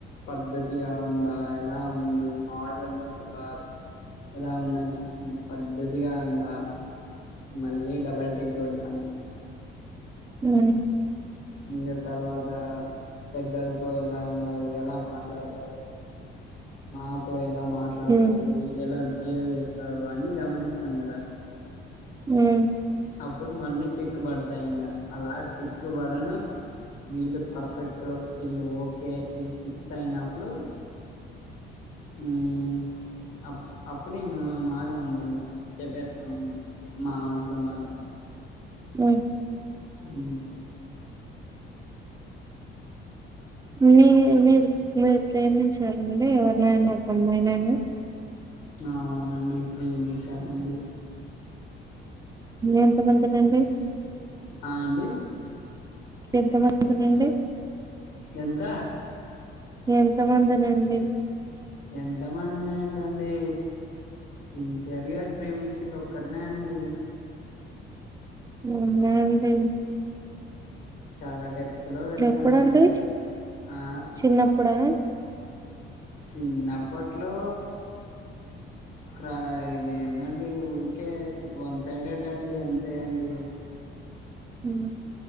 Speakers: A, on the left; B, on the right.
A: పద్ధతిగా ఉందా ఎలా ఉంది మోడ్రన్ ఉందా ఎలా ఉందా అని చూస్సాం పద్ధతిగా ఉందా మళ్ళీ డబల్ టిక్ గొడతాం.
B: ఉమ్
A: ఇంగ తర్వాత పెద్దల్తో ఎలా ఉన్నారు ఎలా మాట్లాడతారు? మాతో ఎలా మాట్లాడతారు
B: మ్మ్
A: ఎలా బిహేవ్ చేస్తారు అన్ని గమనిస్తాం కదా
B: ఉమ్
A: అప్పుడు మళ్ళీ టిక్కు పడతాయి ఇంకా అలా టిక్కు పడన వీళ్ళు పర్ఫెక్ట్ వీళ్లు ఓకే వీళ్లు ఫిక్స్ అయినప్పుడు ఉమ్ అప్పుడు ఇంగ మేమాగము మండి ఇంగ చెపేస్తాము అంతే మా మ సులో మాట
B: ఊహు
A: ఉమ్
B: మీ మీరు మీరు ప్రేమించారండి ఎవర్నైనా ఒక అమ్మాయి నైనా
A: అవునండి ప్రేమించానండి
B: ఎంత బంతరండి
A: ఆ అండి
B: ఎంత మందిని అండి
A: ఎంత
B: ఎంత మందినండి
A: ఎంత మందినేటండి సిన్సియర్గా ప్రేమించింది ఒక్కర్నే అండి
B: అవునా అండి
A: చాలా డెప్త్ లో వెళ్ళిపోయానండి
B: ఎప్పుడండి
A: ఆ
B: చిన్నప్పుడా
A: చిన్నప్పట్లో ర ఇది ఏందండి ఊరికే వన్ సైడెడ్ అండి అంతే అండి
B: అవునా